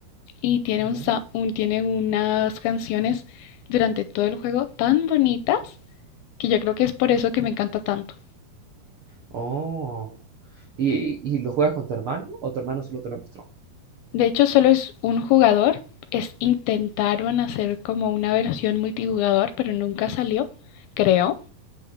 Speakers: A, on the left; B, on the right.
A: y tiene,
B: ¿Ya?
A: un, sa- un- tiene unas canciones durante todo el juego tan bonitas que yo creo que es por eso que me encanta tanto.
B: Oh. ¿Y, y lo juegas con tu hermano o tu hermano solo te lo mostró?
A: De hecho, solo es un jugador, es intentaron hacer como una versión multijugador, pero nunca salió, creo,